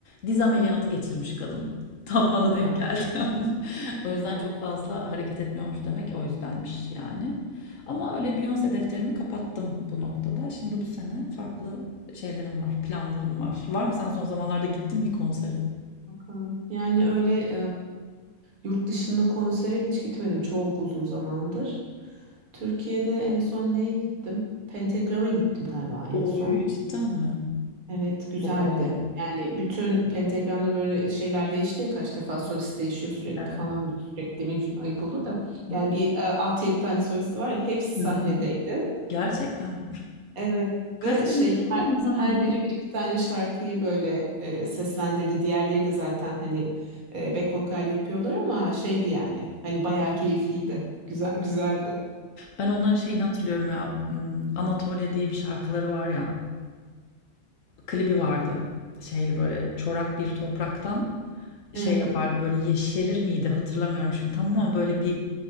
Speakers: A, on the left; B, on the right.
A: Diz ameliyatı geçirmiş kadın. <laughs> Tam bana denk
B: Ha,
A: geldi. <laughs> O
B: ondan.
A: yüzden çok fazla hareket etmiyormuş demek o yüzdenmiş yani. Ama öyle Beyoncé defterimi kapattım bu noktada. Şimdi bu sene farklı şeylerim var, planlarım var. Var mı sen son zamanlarda gittin bir konsere?
B: Bakalım. Yani öyle e, yurt dışında konsere hiç gitmedim. Çok uzun zamandır. Türkiye'de en son neye gittim? Pentagram'a gittim galiba en
A: Oy
B: son.
A: cidden mi?
B: Evet, güzeldi.
A: Çok havalı.
B: Yani bütün pentagramda böyle şeyler değişti ya kaç defa solist değişiyor sürekli
A: Evet.
B: falan böyle sürekli demeyeyim şimdi ayıp olur da.
A: Hı.
B: Yani bir e, 6-7 tane solisti var ya hepsi
A: Hı.
B: sahnedeydi.
A: Gerçekten.
B: Evet.
A: Kaç
B: Ve
A: senesi
B: şey
A: bu?
B: her,
A: Ne zamandı
B: her biri
A: bu?
B: bir iki tane şarkıyı böyle e, seslendirdi. Diğerleri de zaten hani e, back vokal yapıyorlar ama şeydi yani hani bayağı keyifliydi. Güzel
A: Hı.
B: güzeldi.
A: Ben onların şeyini hatırlıyorum ya. hmm, Anatolia diye bir şarkıları var ya. Klibi vardı. Şeyli böyle çorak bir topraktan.
B: Evet.
A: şey yapardı, böyle yeşerir miydi hatırlamıyorum şimdi tamam ama böyle bir